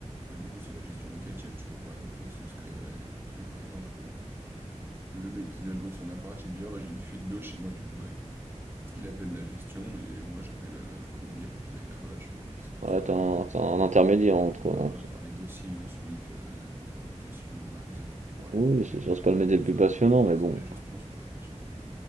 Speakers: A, on the right (about 20°); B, on the right (about 75°).
A: Ouais, du coup, c'est la gestion locative, tu vois. Par exemple, il y en a qui souscrivent à des, des trucs, par exemple, euh, le mec qui vient de louer son appart, il me dit, ah bah j'ai une fuite d'eau chez moi, du coup, bah, il, il appelle la gestion, et moi, j'appelle euh, un plombier pour qu'il aille là-bas, tu vois. Enfin, c'est tout
B: Voilà,
A: ça.
B: t'as un, t'as un intermédiaire entre,
A: Ouais,
B: entre-
A: voilà, faire les dossiers ensuite, euh, de contrats de location, euh, les approuver par les
B: Oui,
A: propriétaires
B: oui, c'est sûr, c'est pas
A: et tout,
B: le métier
A: tout
B: le
A: ça,
B: plus passionnant,
A: quoi.
B: mais
A: C'est
B: bon.
A: de la gestion, c'est pas passionnant.